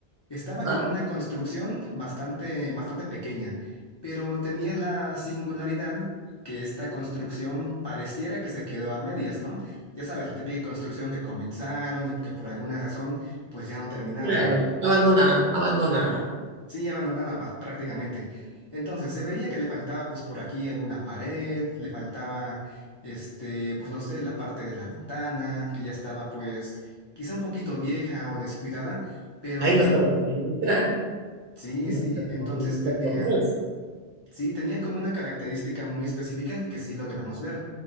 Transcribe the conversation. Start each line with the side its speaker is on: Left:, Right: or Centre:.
Left: Estaba
Right: ajá,
Left: como una construcción bastante, bastante pequeña, pero tenía la singularidad que esta construcción pareciera que se quedó a medias, ¿no? Ya sabes, la típica construcción que comenzaron y que por alguna razón pues ya no terminaron,
Right: claro,
Left: ¿no?
Right: abandonada, abandonada.
Left: Sí, abandonada pa- prácticamente. Entonces, se veía que le faltaba pues por aquí alguna pared, le faltaba este, pues no sé, la parte de la ventana, que ya estaba pues quizá un poquito vieja o descuidada, pero
Right: Ahí
Left: claro,
Right: no se recomienda entrar,
Left: sí,
Right: no
Left: sí,
Right: se recomienda
Left: entonces
Right: entrar
Left: tenía,
Right: por licencia.
Left: sí, tenía como una característica muy específica que sí logramos ver,